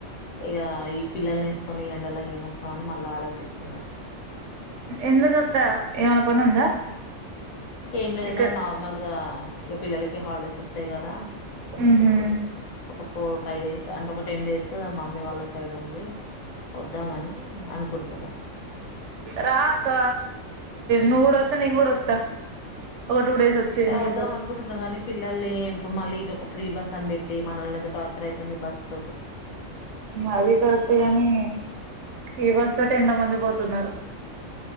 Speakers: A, on the left; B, on the right.
A: ఇక ఈ పిల్లని వేసుకొని ఎండలో ఏమొస్తామ అని మళ్ళీ ఆలోచిస్తున్నా
B: ఎందుకు అక్క ఏమైనా పని ఉందా
A: ఏం లేదు
B: ఇక్కడ
A: నార్మల్ గా ఇక పిల్లలకి హాలిడేస్ వస్తాయి కదా
B: మ్హూ
A: ఒక ఫోర్ ఫైవ్ డేస్ అంటే ఒక టెన్ డేస్ మా మమ్మీ వాళ్ళ సైడ్ ఉండి వద్దామని అనుకుంటు ొటన్నా
B: రాఅక్క నువ్వు కూడా వస్తే నేను కూడా వస్తా ఒక టూ డేస్ వచ్చాయి ఉండిపొదువ్
A: వద్దాం అనుకుంటున్నా కానీ పిల్లల్ని ఇప్పుడు మళ్ళీ ఇదొక ఫ్రీ బస్ అని బెట్టి మనల్ని ఎంత టార్చర్ అయితే బస్ తోటి
B: అది కరెక్ట్ గాని ఈ బస్ తోటి ఎంత మంది పోతున్నారో